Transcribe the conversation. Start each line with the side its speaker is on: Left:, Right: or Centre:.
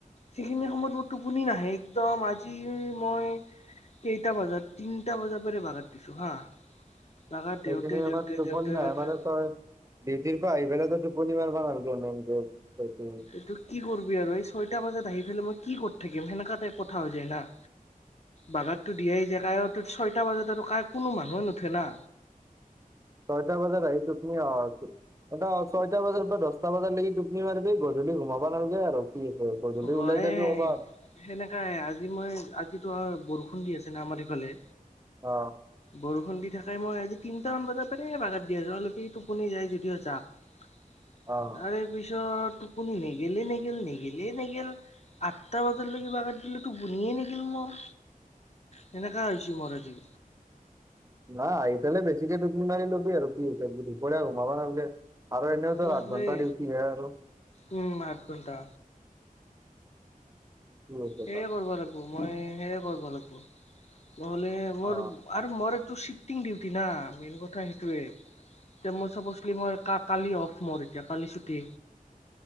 Left: সেইখিনি সময়ত মোৰ টোপনি নাহে একদম আজি মই কেইটা বজাত তিনটা বজাৰ পৰে বাগাৰ দিছো হা বাগাৰ দেউতে
Right: এইখিনি
Left: দেউতে
Right: আমাৰ টোপনি
Left: দেউতে
Right: নাহে
Left: দেউতে
Right: মানে তই ডিউটিৰ পৰা আহি পেনে তই টোপনি মাৰবা নালগে মেনকে সেইটোৱেই
Left: এইটো কি কৰিবি আৰু এই ছয়টা বজাত আহি পেলাই মই কি কৰি থাকিম সেনকা টাইপ কথা হৈ যায় না বাগাৰটো দিয়াই যাই কাই ছয়টা বজাতো কাই কোনো মানুহ নুঠে না
Right: ছয়টা বজাত আহিছো তুমি অহাৰ পিছত এটা ছইটা বজাৰ পৰা দছটা বজাৰ লাগি টোপনি মাৰিবি গধূলি ঘুমাবা নাল-গে আৰু ঠিক হে গধূলি
Left: হয়
Right: ওলাই যাবি কবাত
Left: সেনেকাই আজি মই আজিতো আৰু বৰষুণ দি আছে না আমাৰ ইফালে
Right: অ
Left: বৰষুণ দি থাকাই মই আজি তিনটামান বাজাৰ পাই বাগাৰ দি আছো অলপ যদি টোপনি যায় যদিও যাক
Right: অ'
Left: তাৰে পিছত টোপনি নেগেলে নেগেল নেগেল টোপনিয়ে নেগেল আঠটা বজালৈকে বাগান দিলো টোপনিয়ে নেগেল মোৰ সেনেকা হৈছে মোৰ আজি
Right: নাই আহি পেলাই বেছিকে টুপনি মাৰি ল'বি আৰু কিতে দুপৰীয়া ঘোমাবা নালগে আৰু এনেও তোৰ
Left: অ
Right: আঠ
Left: সেই
Right: ঘণ্টা ডিউটি হে আৰু
Left: উম আঠ ঘন্টা
Right: অ কি হৈছে
Left: সেয়ে কৰিব লাগব মই সেয়ে কৰিব লাগব নহলে মৰ
Right: অ'
Left: আৰু মৰ এইটো চিফটিং ডিউটি না মেইন কথা সেইটোৱে এতিয়া মই চপচলি মই কা কালি অফ মৰ এতিয়া কালি ছুটি